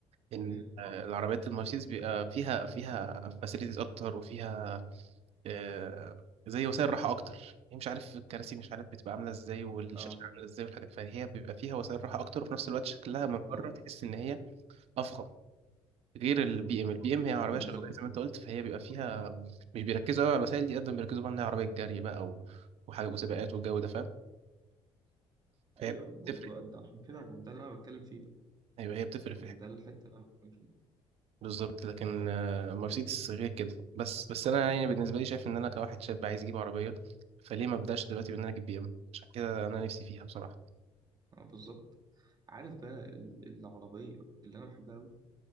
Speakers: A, on the right; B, on the right.
A: ان
B: مم.
A: آه، العربيات المرسيدس بيبقى فيها فيها فاسيلتيز اكتر وفيها آه، زي وسائل راحه اكتر هي مش عارف الكراسي مش عارف بتبقى عامله ازاي والشاشه
B: اه
A: عامله ازاي والحاجات فهي بيبقى فيها وسائل راحه اكتر وفي نفس الوقت شكلها
B: آه،
A: من بره تحس ان هي افخم غير البي ام البي ام هي عربيه
B: بالظبط
A: شبابيه زي ما انت قلت فهي بيبقى فيها مش بيركزوا قوي على الوسائل دي قد ما بيركزوا بقى انها عربيه جري بقى و- وحاجه وسباقات والجو ده فاهم فهي
B: أيوه ما
A: بتفرق
B: هو ده عشان كده ما هو ده اللي أنا بتكلم فيه بقى
A: ايوه هي بتفرق في
B: يعني
A: الحاجات
B: ده الحتة اللي أنا بتكلم فيها
A: بالظبط لكن آه، مرسيدس غير كده بس بس انا يعني بالنسبه لي شايف ان انا كواحد شاب عايز اجيب عربيه فليه ما ابداش دلوقتي بان انا اجيب بي ام عشان كده انا نفسي فيها بصراحه
B: اه بالظبط عارف بقى ال- العربية اللي أنا بحبها أوي